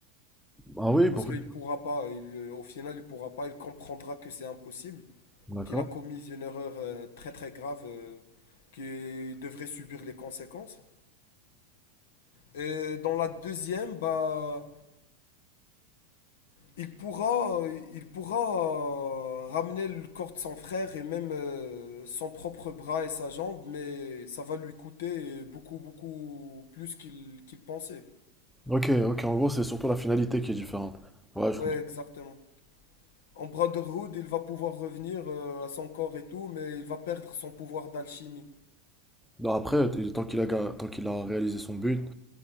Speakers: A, in the centre; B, on the left (about 85°).
A: Ah oui,
B: parce
A: pourquoi?
B: qu'il pourra pas. il- euh, au final, il pourra pas. Il comprendra que c'est impossible,
A: D'accord.
B: qu'il a commis une erreur euh, très très grave, euh, qu'il devrait subir les conséquences. Et dans la deuxième, bah, Il pourra, il pourra euh, ramener le corps de son frère et même euh, son propre bras et sa jambe, mais ça va lui coûter beaucoup, beaucoup plus qu'il qu'il pensait.
A: Ok, ok, en gros, c'est surtout la finalité qui est différente. Ouais, je
B: Ouais,
A: comprends.
B: exactement. En Brotherhood, il va pouvoir revenir euh, à son corps et tout, mais il va perdre son pouvoir d'alchimie.
A: Non, après, t- tant qu'il a, ga- tant qu'il a réalisé son but,